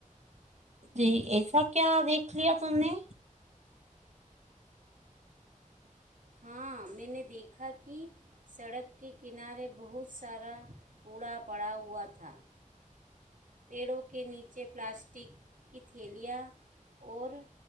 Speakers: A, on the right; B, on the right.
A: جی ایسب کیا دیکھ لیا تم نے
B: ہاں میں نے دیکھا کہ سڑک کے کنارے بہت سارا کوڑا پڑا ہوا تھا پیڑوں کے نیچے پلاسٹک کی تھیلیاں اور